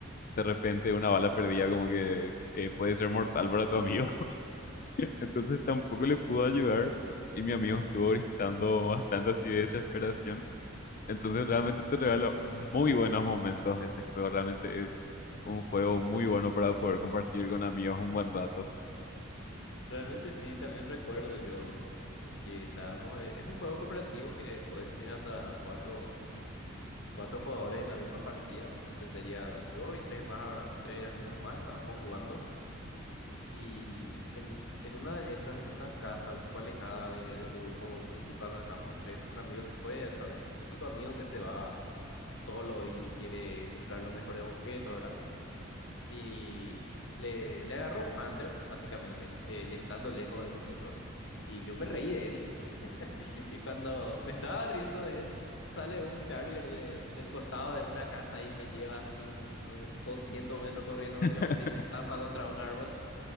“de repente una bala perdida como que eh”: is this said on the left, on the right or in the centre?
Left